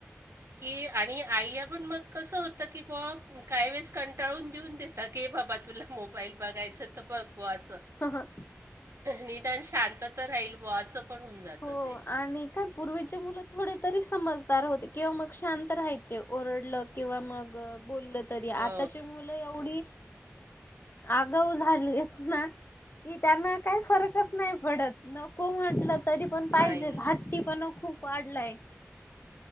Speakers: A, on the right; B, on the left.
A: की आणि आईया पण मग कसं होतं की बॉ काही वेळेस कंटाळून देऊन देेता, की बाबा तुला मोबाईल बघायचं तं बघ बॉ असं.
B: हं हं
A: निदान शांत तर राहील बॉ असं. पण होऊन जातं
B: हो
A: ते
B: आणि काय पूर्वीचे मुलं थोडे तरी समजदार होते किंवा मग शांत राहायचे ओरडलं किंवा मग बोललं तरी
A: हो
B: आताचे मुल एवढी आगाऊ झालीयत ना की त्यांना काही फरकच नाही पडत नको म्हटल तरी पण पाहिजेच
A: नाही
B: हट्टी पणा खूप वाढलाय